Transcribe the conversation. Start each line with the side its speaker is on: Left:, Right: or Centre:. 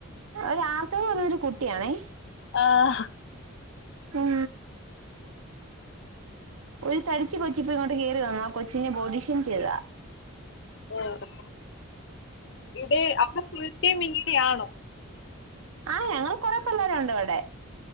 Right: ഒരാർഥവ് പറന്നൊരു കുട്ടിയാണേ.
Left: ആഹ് ഹാ
Right: ഉം ഒരു തടിച്ചി കൊച്ചിപ്പോ ഇങ്ങോട്ട് കേറി വന്ന് ആ കൊച്ചിനെ ബോഡിഷേം ചെയ്തതാ
Left: ആഹ് എടി അവിടെ ഫുൾ ടൈമിങ്ങിനെ ആണോ?
Right: ആഹ് ഞങ്ങൾ കൊറെ പിള്ളേരുണ്ട്വ്ടെ.